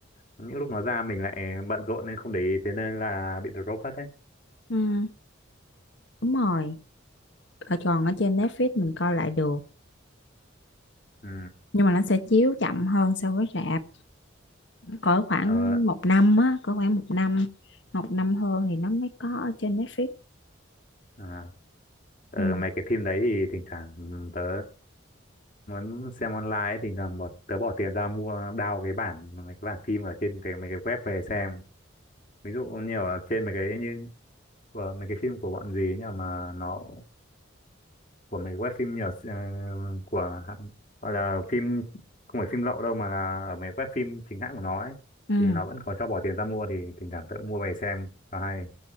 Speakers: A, on the left; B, on the left.
A: những lúc nó ra mình lại bận rộn nên không để ý thế nên là bị drop hết ấy
B: Ừ. đúng rồi ở còn ở trên Netflix mình coi lại được
A: ừ,
B: nhưng mà nó sẽ chiếu chậm hơn so với rạp cỡ khoảng
A: tớ,
B: một năm á cỡ khoảng một năm một năm hơn thì nó mới có ở trên Netflix
A: à, Ờ,
B: ừ.
A: mấy cái phim đấy thì thỉnh thoảng ừ, tớ muốn xem online ấy, thỉnh thoảng bỏ, tớ bỏ tiền ra mua đao cái bản mấy cái bản phim ở trên cái mấy cái web về xem ví dụ như ở trên mấy cái như của mấy cái phim của bọn gì ấy nhỉ mà nó của mấy cái web phim nhờ của hãng- gọi là phim không phải phim lậu đâu mà là ở mấy web phim chính hãng của nó ấy
B: Ừ.
A: thì nó vẫn có cho bỏ tiền ra mua thì thỉnh thoảng tớ mua về xem và hay